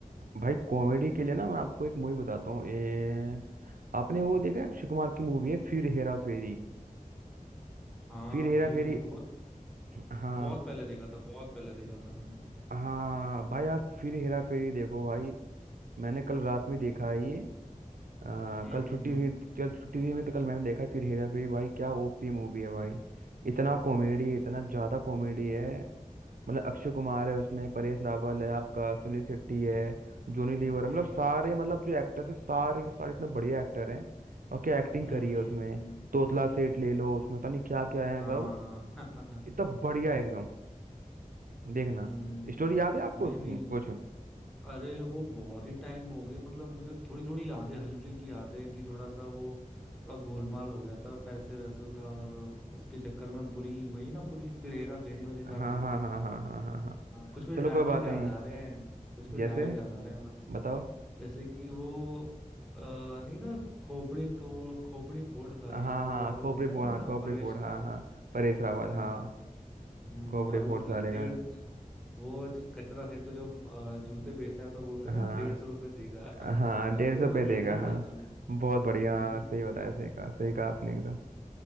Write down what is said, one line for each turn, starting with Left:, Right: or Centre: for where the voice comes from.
Right: भाई कॉमेडी के लिए ना मैं आपको एक मूवी बताता हूँ ए, आपने वो देखा है, अक्षय कुमार की मूवी है फिर हेरा फेरी
Centre: हाँ
Right: फिर हेरा
Centre: भाई
Right: फेरी
Centre: वो तो बहुत
Right: हाँ
Centre: बहुत पहले देखा था बहुत पहले देखा था मैंने
Right: हाँ भाई आप फिर हेरा फेरी देखो भाई मैंने कल रात में देखा है ये आ,
Centre: हम्म
Right: कल
Centre: हम्म
Right: छुट्टी हुई कल छुट्टी हुई में तो कल मैंने देखा फिर हेरा फेरी भाई क्या ओपी मूवी है भाई इतना कॉमेडी
Centre: हम्म
Right: इतना ज्यादा कॉमेडी है मतलब अक्षय कुमार है उसमें परेश रावल है आपका सुनील शेट्टी है जॉनी लीवर है
Centre: हम्म
Right: मतलब सारे मतलब जो एक्टर्स है सारे के सारे इतने बढ़िया एक्टर हैं और क्या एक्टिंग
Centre: हम्म
Right: करी
Centre: हम्म
Right: है उसमें
Centre: हम्म,
Right: तोतला सेठ ले लो उसमें पता नहीं क्या क्या है
Centre: हाँ
Right: सब
Centre: <laughs>
Right: इतना बढ़िया है एकदम देखना
Centre: हम्म
Right: स्टोरी याद है आपको
Centre: नहीं
Right: उसकी
Centre: नहीं
Right: कुछ
Centre: अरे वो बहुत ही टाइम हो गई मतलब मुझे थोड़ी थोड़ी यादें हल्की हल्की यादें कि थोड़ा सा वो थोड़ा गोलमाल हो गया था पैसे वैसों का और उसके चक्कर में पूरी वही ना पूरी फिर हेरा फेरी वाली
Right: हाँ
Centre: बात हो
Right: हाँ
Centre: गई
Right: हाँ हाँ हाँ हाँ हाँ
Centre: हाँ, कुछ कुछ
Right: चलो
Centre: डायलॉग
Right: कोई बात
Centre: याद
Right: नहीं है।
Centre: आ रहे हैं कुछ कुछ
Right: जैसे
Centre: डायलॉग याद आ रहे हैं
Right: बताओ
Centre: जैसे कि वो अ, नहीं था खोपड़ी तोड़ खोपड़ी फोड़ साले
Right: हाँ हाँ
Centre: की वो
Right: हाँ,
Centre: ऐसे
Right: खोपड़ी
Centre: बोलता
Right: फोड़
Centre: है ना
Right: हाँ खोपड़ी
Centre: परवेश
Right: फोड़ हाँ
Centre: रावल
Right: हाँ परेश रावल
Centre: हाँ
Right: हाँ
Centre: हम्म,
Right: खोपड़ी
Centre: और वो
Right: फोड़
Centre: त-
Right: साले
Centre: डेढ़
Right: का
Centre: वो ज- कचरा सेठ को जो अ, जूते बेचता है तो बोलते
Right: हाँ
Centre: हैं ना डेढ़ सौ रुपये देगा <laughs> वो
Right: हाँ डेढ़
Centre: तो
Right: सौ
Centre: बहुत
Right: पे
Centre: बढ़िया
Right: देगा
Centre: डायलॉग
Right: हाँ बहुत
Centre: है
Right: बढ़िया
Centre: हाँ
Right: हाँ,
Centre: नहीं
Right: सही बताया सही कहा सही कहा आपने एकदम
Centre: हम्म,